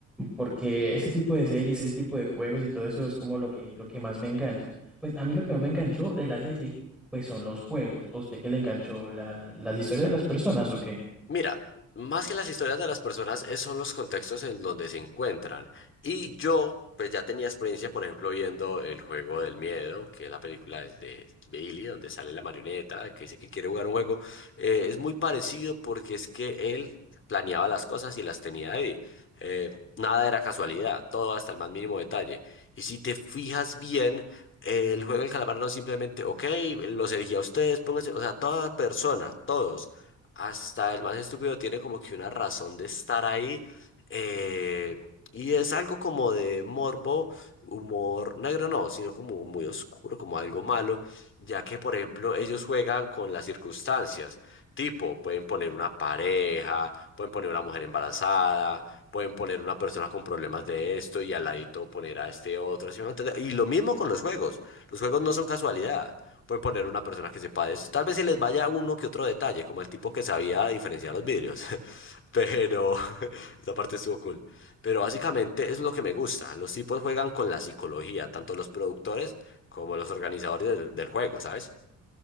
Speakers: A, in the centre; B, on the left.
A: porque ese tipo de series, ese tipo de juegos y todo eso es como lo que, lo que más me engancha. Pues a mí lo que más me enganchó de la serie, pues son los juegos. ¿A usted qué le enganchó? ¿La- la- ¿Las historias de las personas o qué?
B: Mira, más que las historias de las personas, es- son los contextos en donde se encuentran. Y yo, pues ya tenía experiencia, por ejemplo, viendo El Juego del Miedo, que es la película de de Billy, donde sale la marioneta, que dice que quiere jugar un juego. Eh, es muy parecido porque es que él planeaba las cosas y las tenía ahí. Eh, nada era casualidad, todo hasta el más mínimo detalle. Y si te fijas bien, eh, el juego del calamar no es simplemente, ok, los elegí a ustedes, pónganse, o sea, toda persona, todos. Hasta el más estúpido tiene como que una razón de estar ahí. eh, y es algo como de morbo, humor negro no, sino como muy oscuro, como algo malo, ya que por ejemplo ellos juegan con las circunstancias. Tipo, pueden poner una pareja, pueden poner una mujer embarazada, pueden poner una persona con problemas de esto y al ladito poner a este otro. ¿sí me va a entender? Y lo mismo con los juegos. Los juegos no son casualidad. Pueden poner una persona que sepa de esto. Tal vez se les vaya uno que otro detalle, como el tipo que sabía diferenciar los vidrios. <laughs> Pero <laughs> esa parte estuvo cool. Pero básicamente es lo que me gusta. Los tipos juegan con la psicología, tanto los productores como los organizadores del, del juego, ¿sabes?